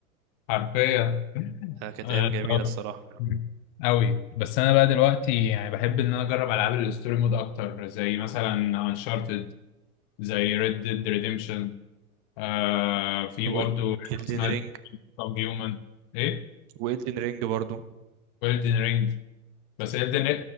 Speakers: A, on the left; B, on the right.
A: حرفيا
B: آه، كانت
A: آه،
B: ايام جميله
A: طبعاً.
B: الصراحه
A: أوي بس أنا بقى دلوقتي يعني بحب إن أنا أجرب ألعاب الستوري مود أكتر زي مثلا أنشارتد زي ريد ديد ريديمشن آه في
B: هو
A: برضو
B: إلدن
A: اسمها
B: رينج
A: كام هيومن ايه
B: وإلدن رينج برضو
A: ويلدن رينج بس الدن